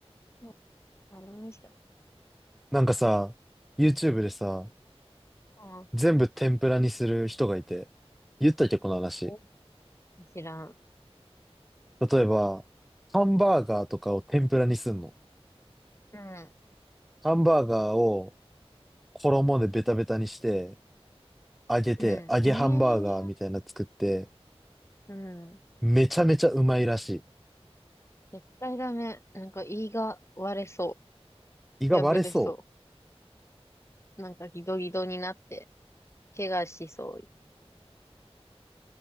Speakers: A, on the left (about 25°); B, in the centre.
A: うんあれ美味しかっ
B: なんかさ、YouTube でさ、
A: た。
B: 全部天ぷらにする人がいて、言ったっけ、この話。
A: うん。知らん。
B: 例えば、ハンバーガーとかを天ぷらにすんの。
A: うん。
B: ハンバーガーを衣でベタベタにして、揚げて、
A: うん。
B: 揚げハンバーガーみたいなの作って、
A: ええー。うん。
B: めちゃめちゃうまいらし
A: 絶対ダメ。なんか胃が割れそ
B: い。胃が割れそ
A: う。破れそう。なんかギドギドになって、怪我しそう。